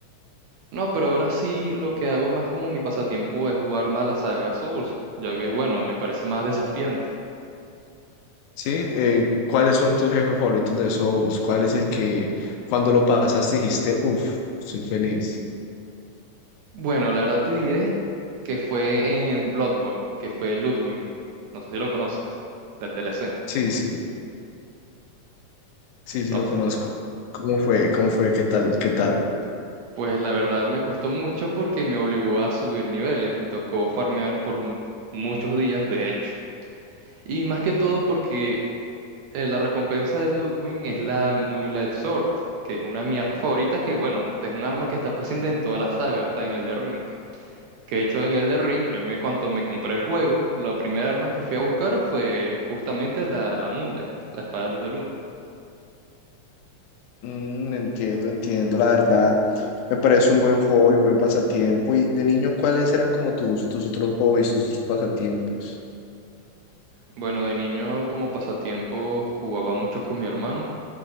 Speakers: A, on the right (about 75°); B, on the left (about 80°).
A: No, pero ahora sí lo que hago más como mi pasatiempo es jugar más la saga Souls, ya que bueno, me parece más desafiante.
B: Sí, eh, ¿cuáles son tus jefes favoritos de Souls? ¿Cuál es el que cuando lo pasaste dijiste, uff, soy feliz?
A: Bueno, la verdad te diré que fue en Bloodborne, que fue Ludwig. No sé si lo conoces, del DLC.
B: Sí, sí. Sí, sí
A: Entonces,
B: lo conozco. ¿Cómo fue? ¿Cómo fue? ¿Qué tal? ¿Qué tal?
A: pues la verdad me costó mucho porque me obligó a subir niveles. Me tocó farmear por m- muchos días, de hecho. Y más que todo porque eh, la recompensa de Ludwig es la Muy Light Sword, que es una de mis armas favoritas, que bueno, esta es un arma que está presente en toda la saga, hasta en el de Ring. Que de hecho en Elden Ring, yo me cuando me compré el juego, la primera arma que fui a buscar fue justamente la, la Moonlight, la espada de luz de luna.
B: Mm, entiendo, entiendo, la verdad. Me parece un buen hobby, un buen pasatiempo. Y de niño, ¿cuáles eran como tus, tus otros hobbies, tus otros pasatiempos?
A: Bueno, de niño como pasatiempo jugaba mucho con mi hermano,